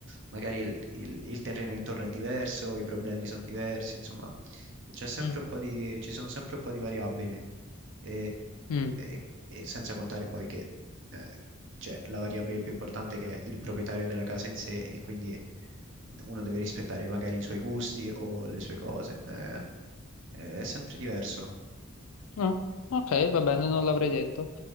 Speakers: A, on the right; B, on the left.
A: magari il, il- il terreno intorno è diverso, i problemi sono diversi, insomma, c'è sempre
B: Mm.
A: un po' di, ci sono sempre un po' di variabili e,
B: Mm.
A: e- e senza contare poi che eh, c'è la variabile più importante che è il proprietario della casa in sé e quindi uno deve rispettare magari i suoi gusti o le sue cose. eh. Eh, è sempre diverso.
B: Ah, ok, va bene, non l'avrei detto.